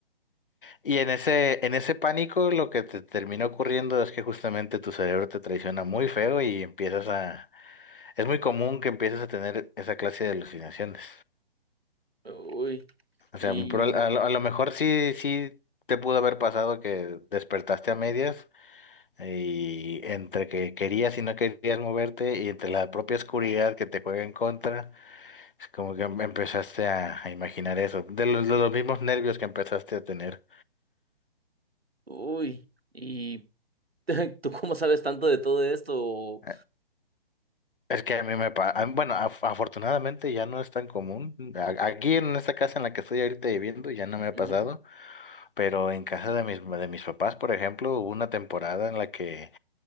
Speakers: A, on the left; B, on the right.
A: Y en ese, en ese pánico lo que te termina ocurriendo es que justamente tu cerebro te traiciona muy feo y empiezas a es muy común que empieces a tener esa clase de alucinaciones.
B: Uy,
A: O sea,
B: y,
A: pero a lo, a lo mejor sí, sí te pudo haber pasado que despertaste a medias y entre que querías y no querías moverte y entre la propia oscuridad que te juega en contra, es como que em- empezaste a, a imaginar eso, de los, de los mismos nervios que empezaste a tener.
B: uy, y <laughs> ¿Tú cómo sabes tanto de todo esto?
A: Eh, Es que a mí me pasa, bueno, af- afortunadamente ya no es tan común. A- Aquí en esta casa en la que estoy ahorita viviendo ya no me ha
B: Ujú,
A: pasado. Pero en casa de mis, de mis papás, por ejemplo, hubo una temporada en la que